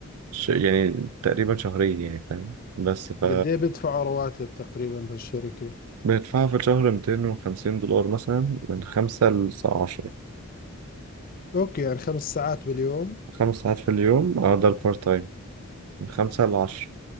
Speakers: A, on the right; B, on the left.
A: ش... يعني تقريبا شهرين يعني فاهم بس ف
B: قد ايه بيدفعوا رواتب تقريبا بهالشركة
A: بندفعها في الشهر 250 دولار مثلا من خمسة للساعة عشرة
B: اوكي يعني خمس ساعات باليوم
A: خمس ساعات في اليوم اه ده البارت تايم من خمسة لعشرة